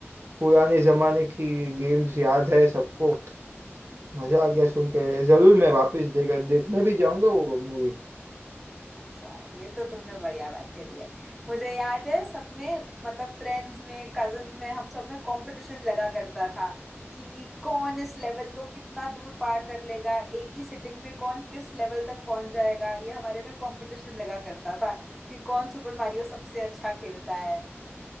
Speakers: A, on the right; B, in the centre.
A: पुराने जमाने की गेम्स याद है सबको मजा आ गया सुन के जरूर मैं वापस देख देखने भी जाऊंगा वो मूवी
B: अच्छा ये तो तुमने बढ़िया बात करी है मुझे याद है सब में मतलब फ्रेंड्स में कजन्स में हम सब में कंपटीशन लगा करता था कि कौन इस लेवल को कितना दूर पार कर लेगा एक ही सिटिंग में कौन किस लेवल तक पहुंच जाएगा ये हमारे में कंपटीशन लगा करता था कि कौन सुपर मारियो सबसे अच्छा खेलता है